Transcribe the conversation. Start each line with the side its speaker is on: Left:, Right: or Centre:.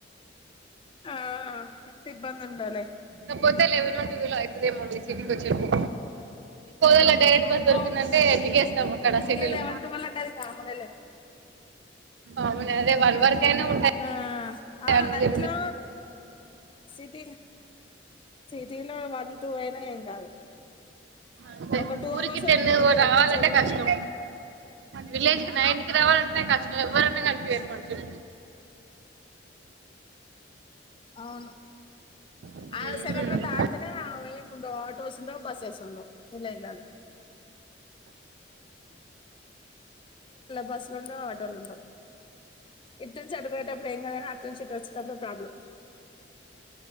Left: ఆ ఎంత ఇబ్బంది ఉండాలి
Right: కా పోతే లేవన్ వరకు అవుతుదేమోమ్ సిటీకి వచ్చేప్పు మళ్ళీ డైరెక్ట్ బస్ దొరికిందంటే
Left: అవును
Right: దిగేస్తాము అక్కడ సిటీలో
Left: లెవెన్ ట్వెల్వ్ అంటే అది కామనే లే
Right: అవును అదే వన్ వరకయినా ఉంటాయి
Left: ఆ ఆ
Right: అన్నీ
Left: నైట్ లో సిటీ సిటీలో వన్ టూ అయినా ఏం కాదు
Right: అంతే
Left: ఒక టూ
Right: ఊరికి
Left: అవర్స్
Right: టెన్
Left: వన్ అవర్ కనిపించవు
Right: రావాలంటే
Left: కాని
Right: కష్టం విలేజ్ కి నైన్ కి రావాలంటే కష్టం ఎవ్వరన్నా కనిపియారు మనుషులు
Left: అవును
Right: ఉహుం.
Left: ఆ సెవన్ దాటుతనే ఏము ఉండవు ఆటోసుండవు బస్సెస్ ఉండవు డాన్ల బస్లు ఉండవు ఆటోలు ఉండవు ఇటు నుంచి అటు పోయేటప్పుడు ఏం కాదు గాని అట్నుంచి ఇటు వచ్చేటప్పుడు ప్రాబ్లం